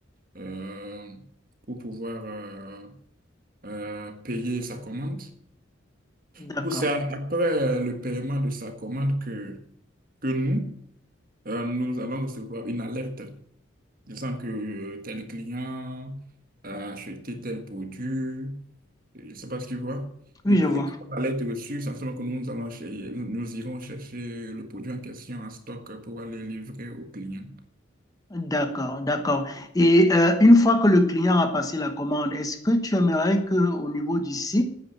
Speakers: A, on the right; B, on the left.
A: euh, pour pouvoir euh, euh, payer sa commande.
B: D'accord.
A: Du coup, c'est après euh, le paiement de sa commande que, que nous, euh, nous allons recevoir une alerte disant que euh, tel client a acheté tel produit. Je ne sais pas si tu vois.
B: Oui,
A: Du
B: je
A: coup,
B: vois.
A: une fois la lettre reçue, ça se que nous allons chez- nous irons chercher le produit en question en stock pour aller livrer au client.
B: D'accord, d'accord. Et euh, une fois que le client a passé la commande, est-ce que tu aimerais que, au niveau du site,